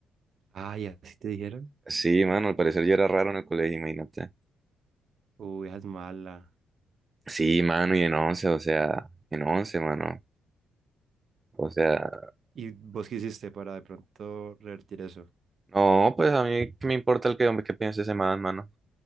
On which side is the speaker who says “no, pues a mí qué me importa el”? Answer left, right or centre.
Right